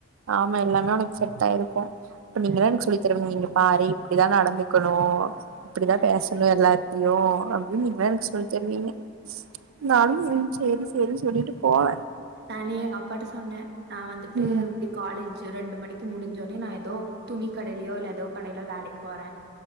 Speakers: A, on the right; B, on the right.
A: ஆமா எல்லாமே உனக்கு செட்டாயிருக்கு அப்ப நீங்களே
B: அ
A: எனக்கு சொல்லி தருவீங்க இங்க பாரு இப்டிதா நடந்துக்கணு இப்படிதா
B: அ
A: பேசணு எல்லாத்தியு அப்டின்னு நீங்க தா எனக்கு சொல்லி தருவீங்க நானு ம் சேரி சேரின் சொல்லிட்டு போவ
B: நானே எங்க அப்பாட்ட சொன்ன நா வந்துட்டு
A: ம்
B: காலேஜ் ரெண்டு மணிக்கு முடிஞ்சோனே நா ஏதோ துணி கடையிலையோ இல்ல ஏதோ கடைல வேலைக்கு போற